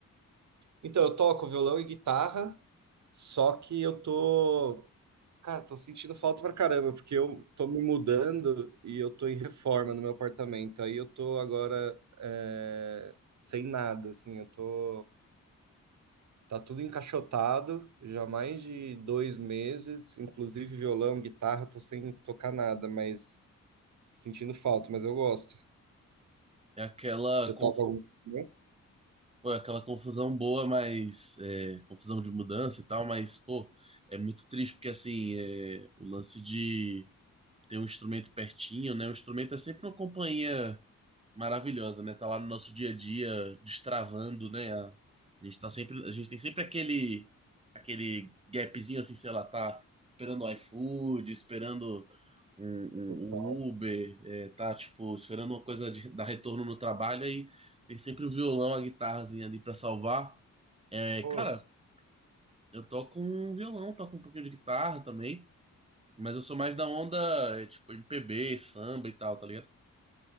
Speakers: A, on the right; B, on the right.
A: Então, eu toco violão e guitarra, só que eu tô Cara, tô sentindo falta pra caramba, porque eu tô me mudando e eu tô em reforma no meu apartamento. Aí eu tô agora é, sem nada, assim, eu tô. Tá tudo encaixotado, já há mais de dois meses, inclusive violão, guitarra, tô sem tocar nada, mas sentindo falta, mas eu gosto.
B: É aquela
A: Você
B: confu...
A: toca algum instrumento?
B: pô, é aquela confusão boa, mas é, confusão de mudança e tal, mas pô, é muito triste porque assim, é, o lance de ter um instrumento pertinho, né? O instrumento é sempre uma companhia maravilhosa, né? Tá lá no nosso dia a dia, destravando, né? A, a gente tá sempre, a gente tem sempre aquele aquele gapzinho assim, sei lá, tá esperando o iFood, esperando um, um-
A: Eu toco.
B: um Uber, é, tá tipo esperando uma coisa de, dar retorno no trabalho aí tem sempre o violão, a guitarrazinha ali pra salvar. É,
A: Pô,
B: cara,
A: s-
B: eu toco um violão, toco um pouquinho de guitarra também. Mas eu sou mais da onda, é, tipo, MPB, samba e tal, tá ligado?